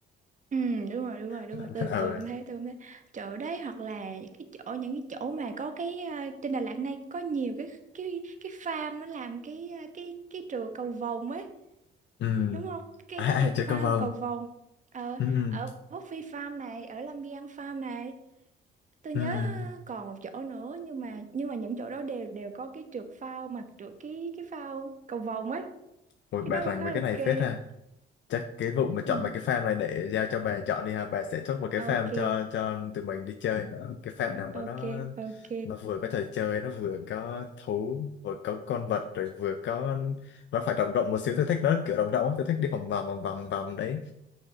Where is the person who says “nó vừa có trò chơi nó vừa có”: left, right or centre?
Left